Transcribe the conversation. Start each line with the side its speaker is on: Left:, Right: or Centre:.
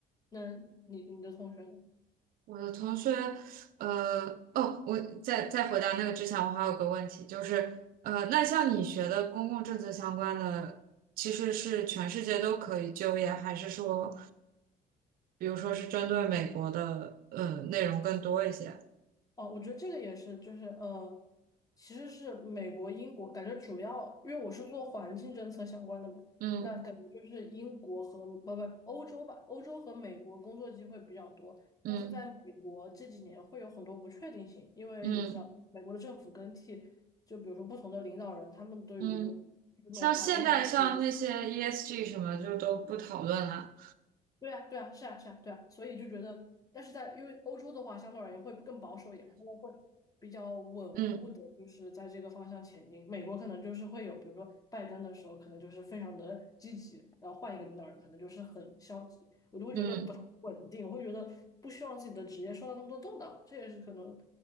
Left: 那你你的同学呢？
Right: 我的同学，呃，哦，我在在回答那个之前，我还有个问题，就是，呃，那像你学的公共政策相关的，其实是全世界都可以就业，还是说，比如说是针对美国的，呃，内容更多一些？
Left: 哦，我觉得这个也是，就是呃，其实是美国、英国，感觉主要，因为我是做环境政策相关的嘛，
Right: 嗯
Left: 那感觉就是英国和不不欧洲吧，欧洲和美国工作机会比较多，
Right: 嗯
Left: 但是在美国这几年会有很多不确定性，因为你知道，
Right: 嗯
Left: 美国的政府更替，就比如说不同的领导人，他们对于
Right: 嗯，
Left: 那种环境保护
Right: 像现在像那些 ESG 什么就都不讨论了。
Left: 对啊，对啊，是啊，是啊，对啊，所以就觉得，但是在因为欧洲的话，相对而言会更保守一点嘛，他们会比较稳固的，
Right: 嗯
Left: 就是在这个方向前进。美国可能就是会有，比如说拜登的时候，可能就是非常的积极，然后换一个领导人，可能就是很消极，我就会觉得不太稳定，
Right: 嗯，
Left: 我会觉得不希望自己的职业受到那么多动荡，这也是可能，